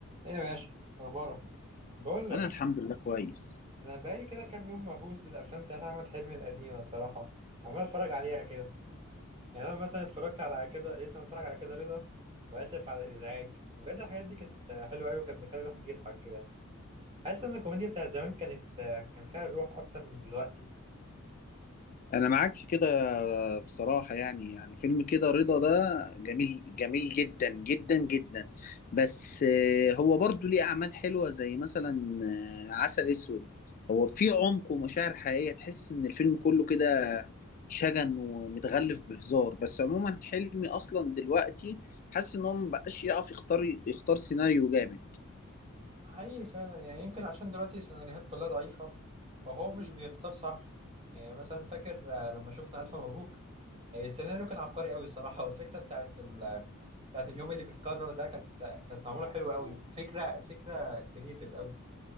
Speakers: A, on the right (about 25°); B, on the left (about 40°).
A: ايه يا باشا اخبارك بقول لك
B: انا الحمد لله كويس
A: انا بقالي كده كام يوم مهووس بالافلام بتاعت احمد حلمي القديمه صراحه عمال اتفرج عليها كده يعني انا مثلا اتفرجت على كده لسه متفرج على كده رضا واسف على الازعاج بجد الحاجات دي كانت حلوه قوي وكانت بتخلي الواحد يضحك كده حاسس ان الكوميديا بتاعت زمان كانت كان فيها الروح اكتر من دلوقتي
B: انا معاك في كده بصراحة يعني يعني فيلم كده رضا ده جميل جميل جدا جدا جدا بس آه، هو برضو ليه اعمال حلوة زي مثلا آه، عسل اسود هو في عمق ومشاعر حقيقية تحس ان الفيلم كله كده شجن ومتغلف بهزار بس عموما حلمي اصلا دلوقتي حاسس ان هو مبقاش يعرف يختار يختار سيناريو جامد
A: حقيقي فعلا يعني يمكن عشان دلوقتي السيناريوهات كلها ضعيفه او هو مش بيختار صح يعني مثلا فاكر آه، لما شفنا الف مبروك يعني السيناريو كان عبقري قوي الصراحه والفكره بتاعت بتاعت اليوم اللي بيتكرر ده كانت كانت معموله حلوه قوي فكره فكره كريتيف قوي